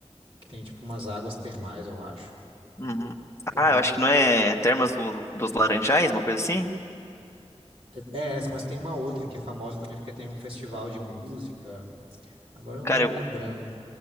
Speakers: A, on the right; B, on the left.
A: que tem tipo umas águas termais, eu acho.
B: Uhum.
A: Como é que é
B: Ah,
A: o nome?
B: eu acho que não é Termas do- dos Laranjais, uma coisa assim?
A: É é essa, mas tem uma outra que é famosa também porque tem um festival de música. Agora eu não
B: Cara,
A: tô me
B: eu
A: lembrando.